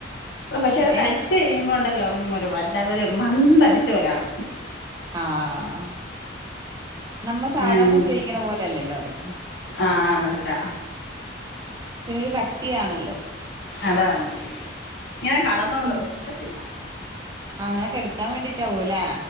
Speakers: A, on the left (about 60°); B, on the right (about 20°).
A: പക്ഷെ അത്
B: എനി
A: കഴിച്ച് കഴിയുമ്പോ ഉണ്ടല്ലോ <unintelligible> അല്ല ഒരു മന്തടിച്ച പോലെ ആകും
B: ആഹ് നമ്മൾ സാധാ
A: ഉം.
B: പുട്ട് കഴിക്കണ പോലല്ലല്ലോ അത്
A: ആ അല്ല
B: പിന്നൊരു കട്ടിയാണല്ലോ
A: അതാണോ ഇങ്ങനെ കടന്നോളും
B: ഉം
A: വെശക്കത്തില്ല
B: അങ്ങനെ കെടക്കാൻ വേണ്ടിട്ടാവും ല്ലെ.